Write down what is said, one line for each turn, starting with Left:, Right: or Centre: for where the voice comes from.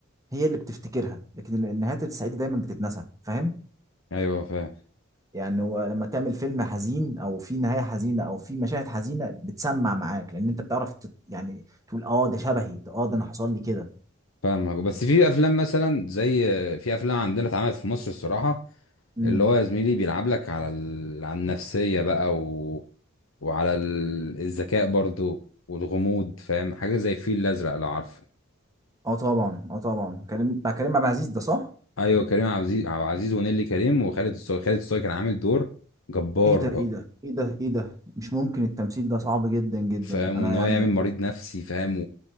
Right: هي اللي بتفتكرها لكن النهايات السعيدة دايما بتتنسى فاهم؟
Left: ايوه فاهم
Right: يعني هو لما تعمل فيلم حزين أو فيه نهاية حزينة أو فيه مشاهد حزينة بتسمع معاك لأن أنت بتعرف تت... يعني تقول أه ده شبهي ده أه ده أنا حصل لي كده
Left: فاهمك بس في افلام مثلا زي في افلام عندنا اتعملت في مصر الصراحه
Right: امم
Left: اللي هو يا زميلي بيلعب لك على ال... على النفسيه بقى و... وعلى ال- الذكاء برضو والغموض فاهم حاجه زي الفيل الازرق لو عارفه
Right: أه طبعا أه طبعا كريم بتاع كريم عبد العزيز ده صح؟
Left: ايوه كريم عبد العزيز عبد العزيز ونيلي كريم وخالد الصاوي خالد الصاوي كان عامل دور جبار
Right: ايه ده ايه ده ايه ده ايه ده مش ممكن التمثيل ده صعب جدا جدا
Left: فاهم
Right: انا
Left: وان هو
Right: يعني
Left: يعمل مريض نفسي فاهم